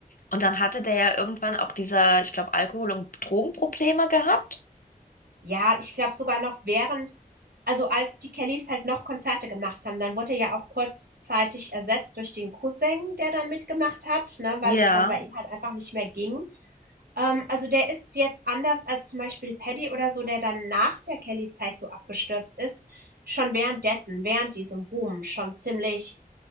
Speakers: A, on the left (about 65°); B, on the right (about 85°).
A: Und dann hatte der ja irgendwann auch diese, ich glaube, Alkohol- und Drogenprobleme gehabt.
B: Ja, ich glaube sogar noch während, also als die Kellys halt noch Konzerte gemacht haben, dann wurde er ja auch kurzzeitig ersetzt durch den Cousin, der dann mitgemacht hat, ne, weil
A: Ja.
B: es dann bei ihm halt einfach nicht mehr ging. Ähm, also der ist jetzt anders als zum Beispiel Paddy oder so, der dann nach der Kelly-Zeit so abgestürzt ist, schon währenddessen, während diesem Ruhm, schon ziemlich